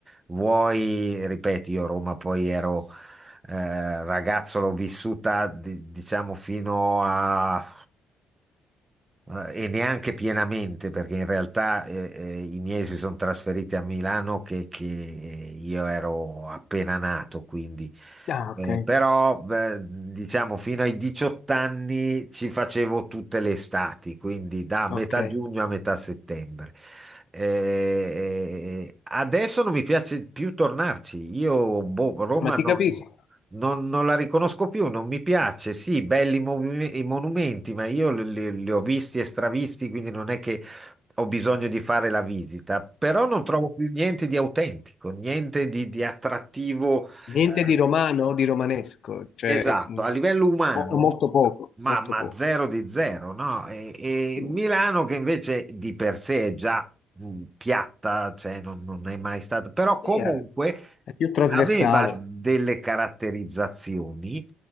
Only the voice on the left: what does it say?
Ah, ok.
Ok,
ma ti
capisco.
Niente
di romano o di romanesco, cioè,
mh,
mo- o molto poco,
molto
poco.
Sì.
Sì, eh, è più trasversale,